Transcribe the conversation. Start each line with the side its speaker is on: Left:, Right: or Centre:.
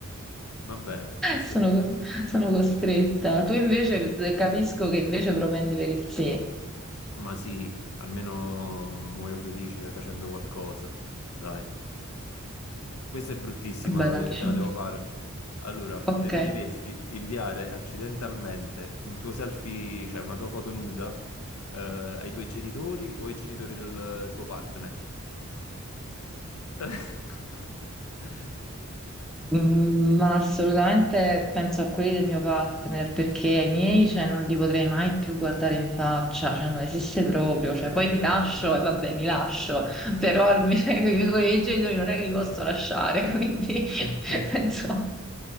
Left: Va bene, ci sta.
Centre: Sono, cos- sono costretta. Tu invece eh, capisco che invece propendi per il sì.
Left: Ma sì, almeno muoio felice facendo qualcosa. Dai, questa è bruttissima,
Centre: Bellissimo.
Left: la de- te la devo fare. Allora, preferiresti
Centre: Ok,
Left: inviare accidentalmente un tuo selfie, cioè una tua foto nuda, eh, ai tuoi genitori o ai genitori del tuo partner? <laughs>
Centre: Mm, ma assolutamente penso a quelli del mio partner perché ai miei cioè, non li potrei mai più guardare in faccia, cioè non esiste proprio. Cioè,
Left: Ok,
Centre: poi mi lascio e vabbè, mi lascio, però almeno <laughs> con i miei con i miei genitori non è che li posso lasciare, <laughs> quindi
Left: ok.
Centre: penso